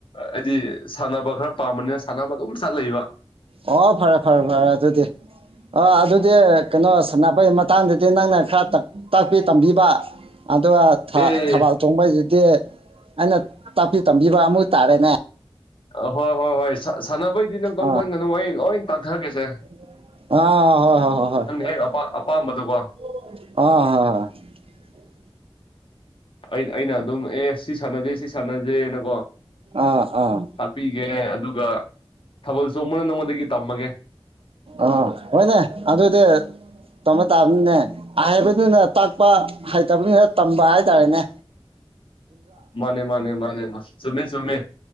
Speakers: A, on the left (about 60°); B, on the right (about 70°).
A: ꯑꯩꯗꯤ ꯁꯥꯟꯅꯕ ꯈꯔ ꯄꯥꯝꯕꯅꯤꯅ ꯁꯥ ꯁꯥꯟꯅꯕ ꯑꯗꯨꯝ ꯆꯠ ꯂꯩꯕ
B: ꯑꯣ ꯐꯔꯦ ꯐꯔꯦ ꯐꯔꯦ ꯑꯗꯨꯗꯤ ꯑꯣ ꯑꯗꯨꯗꯤ ꯀꯩꯅꯣ ꯁꯅꯥꯄꯩ ꯃꯠ ꯃꯇꯥꯡꯗꯗꯤ ꯅꯪꯅ ꯈꯔ ꯇꯥ ꯇꯥꯛꯄꯤ ꯇꯝꯕꯤꯕ ꯑꯗꯨꯒ ꯊꯥ
A: ꯑꯦ
B: ꯊꯕꯥꯜ ꯆꯣꯡꯕꯩꯁꯤ ꯗꯤ ꯑꯩꯅ ꯇꯥꯛꯄꯤ ꯇꯝꯕꯤꯕ ꯑꯃꯨꯛ ꯇꯥꯔꯦꯅꯦ
A: ꯑꯍꯣꯏ ꯍꯣꯏ ꯍꯣꯏ ꯁꯥ ꯁꯥꯟꯅꯕꯩꯗꯤ ꯅꯪ ꯀꯩꯝ
B: ꯑꯥ
A: ꯈꯟꯒꯅꯣ ꯑꯩ ꯂꯣꯏ ꯇꯥꯛꯊꯒꯦꯁꯦ
B: ꯑꯥ ꯍꯣꯌ ꯍꯣꯌ
A: ꯍꯦꯛ ꯑꯄꯥ
B: ꯍꯣꯌ
A: ꯑꯄꯥꯝꯕꯗꯣꯀꯣ
B: ꯍꯣꯌ ꯑ ꯍ
A: ꯑꯩ ꯑꯩꯅ ꯑꯗꯨꯝ ꯑꯦ ꯁꯤ ꯁꯥꯟꯅꯖꯦ ꯁꯤ ꯁꯥꯟꯅꯖꯦꯅꯀꯣ
B: ꯑꯥ ꯑꯥ
A: ꯇꯥꯛꯄꯤꯒꯦ ꯑꯗꯨꯒ ꯊꯥꯕꯜꯁꯨ ꯃꯣꯏꯅ ꯅꯉꯣꯟꯗꯒꯤ ꯇꯝꯃꯒꯦ
B: ꯑ ꯍꯣꯏꯅꯦ ꯑꯗꯨꯗ ꯏꯗ ꯇꯝꯕ ꯇꯥꯕꯅꯤꯅꯦ ꯍꯥꯏꯕꯅꯤꯅ ꯇꯥꯛꯄ ꯍꯥꯏꯇꯕꯅꯤꯅ ꯄꯝꯕꯥꯜ ꯇꯅꯦ
A: ꯃꯥꯅꯦ ꯃꯥꯅꯦ ꯃꯥꯅꯦ ꯃꯥ ꯆꯨꯝꯃꯦ ꯆꯨꯝꯃꯦ